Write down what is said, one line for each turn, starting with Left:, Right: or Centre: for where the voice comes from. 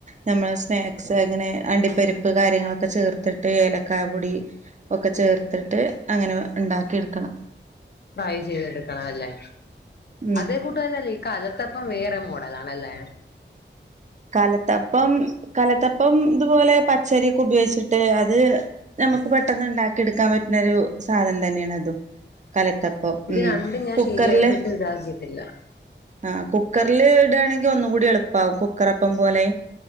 Right: നമ്മളെ സ്നാക്സ് അങ്ങനെ അണ്ടിപ്പരിപ്പ് കാര്യങ്ങളൊക്കെ ചേർത്തിട്ട് ഏലക്കായ പൊടി ഒക്കെ ചേർത്തിട്ട് അങ്ങനെ ഉണ്ടാക്കിയെടുക്കണം
Left: ഫ്രൈ ചെയ്തെടുക്കണം അല്ലേ
Right: ഉം
Left: അത് കൂട്ടന്നല്ലേ ഈ കലത്തപ്പം വേറെ മോഡലാണല്ലേ
Right: കലത്തപ്പം കലത്തപ്പം ഇതുപോലെ പച്ചരിയൊക്കെ ഉപയോഗിച്ചിട്ട് അത് നമുക്ക് പെട്ടെന്ന് ഉണ്ടാക്കി എടുക്കാൻ പറ്റുന്നൊരു സാധനം തന്നെയാണ് അതും കലത്തപ്പം
Left: ഇത്
Right: ഉം
Left: രണ്ടും ഞാൻ
Right: കുക്കറില്
Left: ശരിയാക്കിട്ട് ഇതാക്കിയിട്ടില്ല
Right: ആഹ് കുക്കറില് ഇടുകയാണെങ്കിൽ ഒന്നും കൂടി എളുപ്പാവും കുക്കറപ്പം പോലെ